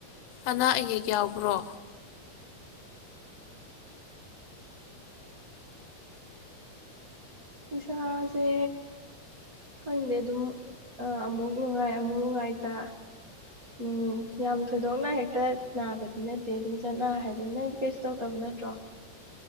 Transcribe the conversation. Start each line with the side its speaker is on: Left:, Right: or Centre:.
Left: ꯑꯅꯥ ꯑꯌꯦꯛ ꯌꯥꯎꯕ꯭ꯔꯣ
Right: ꯏꯁꯥꯁꯦ ꯈꯪꯗꯦ ꯑꯗꯨꯝ ꯑꯃꯨꯛ ꯅꯨꯡꯉꯥꯏ ꯑꯃꯨꯛ ꯅꯨꯡꯉꯥꯏꯇ ꯎꯝ ꯌꯥꯝ ꯊꯣꯏꯗꯣꯛꯅ ꯍꯦꯛꯇ ꯅꯥꯕꯗꯤ ꯅꯠꯇꯦ ꯑꯗꯨꯝ ꯆꯠꯅ ꯍꯥꯏꯗꯅ ꯅꯪꯗꯤ ꯀꯩꯁꯨ ꯇꯧꯗꯕ ꯅꯠꯇ꯭ꯔꯣ